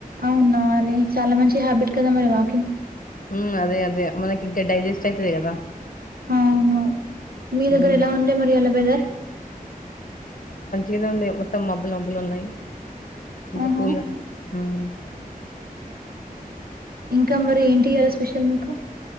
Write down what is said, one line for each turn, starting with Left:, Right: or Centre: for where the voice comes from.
Right: అవునా అది చాలా మంచి హ్యాబిట్ కదా మరి వాకింగ్
Left: హ్మ్ అదే అదే మనకి ఇంకా డైజెస్ట్ అయితది కదా
Right: అవును మీ దగ్గర
Left: మ్,
Right: ఎలా ఉండే మరి ఎలా వెదర్
Left: ఈడవుంది మొత్తం మబ్బులు మబ్బులు ఉన్నాయి
Right: ఆహా
Left: కూల్ గా మ్
Right: ఇంకా మరి ఏంటియ్యాల స్పెషల్ మీకు